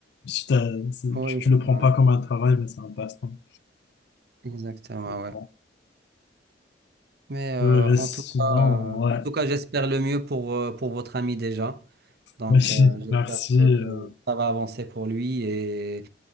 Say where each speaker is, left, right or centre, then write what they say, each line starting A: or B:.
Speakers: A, on the left; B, on the right.
A: si t'as- c'est-
B: Oui,
A: tu, tu
B: c'est
A: le prends
B: vrai.
A: pas comme un travail, mais c'est un passe-temps.
B: exactement,
A: Je comprends.
B: ouais. Mais euh,
A: Euh, mais
B: en
A: sinon,
B: tout cas, euh,
A: ouais.
B: en tout cas, j'espère le mieux pour, euh, pour votre ami déjà. Donc,
A: <laughs>
B: euh, j'espère
A: Merci.
B: que
A: euh,
B: ça va avancer pour lui. Et